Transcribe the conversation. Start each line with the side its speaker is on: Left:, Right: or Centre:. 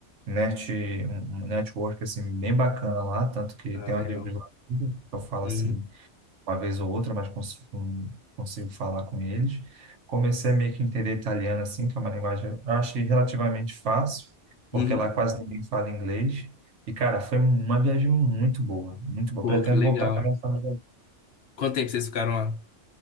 Right: net, um um network, assim, bem bacana lá, tanto que
Left: Ah,
Right: tenho
Left: legal.
Right: amigos lá, eu falo
Left: Uhum.
Right: assim uma vez ou outra, mas cons com- consigo falar com eles. Comecei a meio que entender italiano, assim, que é uma linguagem, eu achei relativamente fácil, porque
Left: Uhum.
Right: lá quase ninguém fala inglês. E, cara, foi uma viagem muito boa, muito boa.
Left: Pô,
Right: Pretendo
Left: que legal.
Right: voltar com a minha família.
Left: Quanto tempo vocês ficaram lá?